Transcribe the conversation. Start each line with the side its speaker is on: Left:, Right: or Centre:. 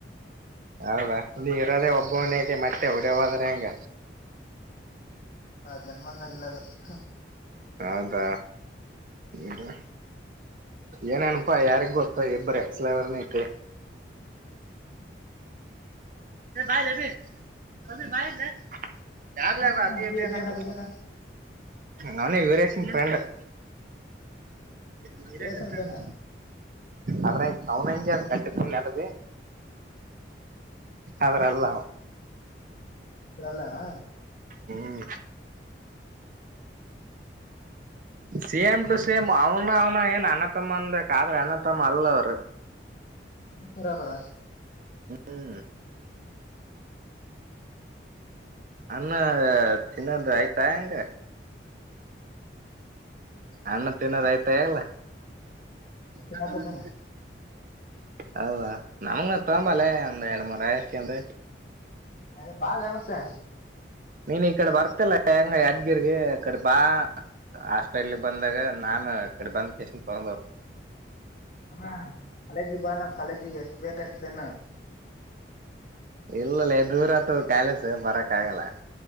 Right: ಹೌದಾ ನೀ ಇರದೇ ಒಬ್ಬನೇ ಮತ್ತೆ ಹೊಡ ಹದ್ರೆ ಹೆಂಗ
Left: ಜನ್ಮಂದ ಆಗಿಲ್ಲ ಅದ ಹಾ
Right: ಹೌದಾ ಹ್ಮ್ ಏನನಪಾ ಯಾರಿಗ್ ಗೊತ್ತ ಇಬ್ಬರಿ ಅಕ್ಸಲವರ್ನ ಐತೆ
Left: ಹ್ಮ
Right: ರ ಬಾಯ ಅಭಿ ಅಭಿ ಭಾಯ ರ ಯಾರ್ಾರ
Left: ಯಾರ
Right: ಅಬಿ
Left: ಅಭಿ
Right: ಅಬಿ
Left: ಅಭಿ
Right: ಅ
Left: ಅನ್ನಕೂತಾನ
Right: ನಾನ ಬೇರ ಹಲ್ಲ ನಿರೇಶನ್
Left: ವೀರೇಶನ್
Right: ಫ್ರಂಡ
Left: ಫ್ರೆಂಡ
Right: ಆದದ್ರ ಅವನಂಗೆ ಅ ಕಚ್ಚ ಅದ ಅದ್ರಲ್ಲ
Left: ಅದ್ರಲ್ಲವಾ
Right: ಹ್ಮ್ ಸೇಮ್ ಟು ಸೇಮ್ ಅವನ ಅವನ ಏನ್ ಅನ್ನ್ಣತ್ತಮ್ಮ ಅಂದ ಕಾದ್ರೆ ಅನ್ನತ್ತಮ್ಮ ಅಲ್ಲವರು
Left: ನೀ ತರತರ
Right: ಹ್ಮ್ ಅನ್ನ ಚನ್ನಂದ್ರ ಆಯ್ತಾ ಹಂಗ ಅಣ್ಣ ತಿನ ಆ್ತು ೇಲ್ಲ
Left: ತಿನ್ನಕತ್ತಾನ
Right: <inaudible> ಹೌದಾ ನಮಂಗ ಇಂಬಾಲೆ ಅಂದ ಎರಡು ಮೂರ ಂತ
Left: ಅೆ ಬಾಲ್ ಮತ್ತೆ
Right: ನೀನ್ ಈ ಕಡೆ ಬರ್ತಿಲ್ಲ ಹೆಂಗ ಯಾದ್ಗಿರ್ಗ ಅ ಕಡೆ ಬಾ ಹಾಸ್ಪೆಟ್ಲ್ಗ್ ಬಂದಾಗ ನಾನು ಅಡೆ ಬಂದ ಕಸನ್ ತಗೊಂಡ್ ಹೋದನಿ
Left: ಹ ಕಾಲೇಜಿ ಬಾ ನಮ್ ಕಾಲೇಜಿಗೆ ಎಷ್ಟ ಬೇಕಷ್ಟನ್ನು ಹ್ಮ
Right: ಇಲ್ಲಲ್ಲ ದೂರತ ಕಾಲೇಜ ಬರಕ್ ಆಗಲ್ಲ